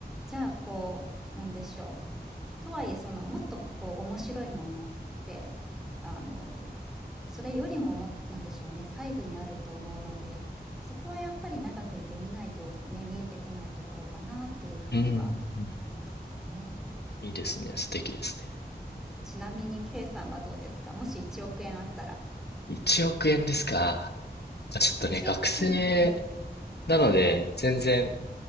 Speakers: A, in the centre; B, on the left (about 70°).
A: じゃあこう、なんでしょう。とはいえ、そのもっとこう面白いものって、あの、それよりもも、なんでしょうね、細部にあると思うので、そこはやっぱり長くいてみないとね、見えてこないところかなっていうふうには思いますかね。
B: うんうんうん。いいですね。素敵ですね。
A: ちなみに K さんはどうですかもし1億円あったら。
B: 1億円ですか。まあちょっとね、
A: 1億円、
B: 学生
A: うん、
B: なので、
A: はいはい。
B: 全然